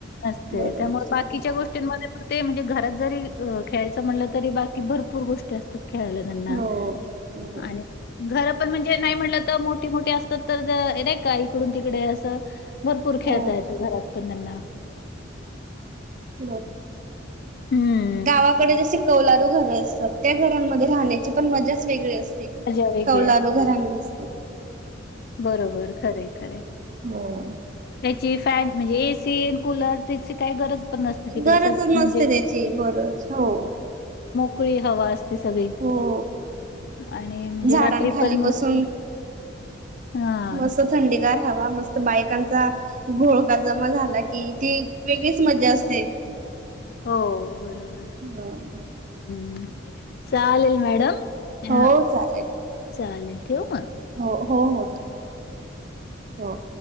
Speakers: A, on the left; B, on the right.
A: नसते
B: बरोबर
A: त्यामुळे बाकीच्या गोष्टींमध्ये ते म्हणजे घरात जरी खेळायचं म्हटलं तरी बाकी भरपूर गोष्टी असतात खेळायला त्यांना
B: हो बरोबर.
A: आणि घर पण म्हणजे नाही म्हटलं तर मोठी मोठीे असतात तर रे का इकडून तिकडे असं भरपूर खेळता
B: हो
A: येत घरात पण त्यांना
B: <inaudible>
A: हं.
B: गावाकडे जसे कौलारू घर असतात. त्या घरांमध्ये राहण्याची पण मजाच वेगळी असते
A: मजा वेगळी
B: कवलारू
A: असते.
B: घरांमध्ये
A: बरोबर खरे खरे
B: हो.
A: त्याची फॅन म्हणजे ए सी कुलर त्याची काही गरज पण नसते तिकडे
B: गरजच
A: सगळी
B: नसते
A: म्हणजे
B: त्याची बरोबर हो
A: उकळी हवा असते सगळी
B: हो.
A: आणि म्हणजे
B: झाडांखाली
A: रात्री पण मस्त
B: बसून
A: हां.
B: मस्त थंडीगार हवा मस्त बायकांचा घोळका जमा झाला कि ती वेगळीच मजा असते.
A: हो बरोबर
B: हम.
A: हम्म चालेल मॅडम अ
B: हो चालेल.
A: चालेल ठेवू म?
B: हो हो ठेवा हो.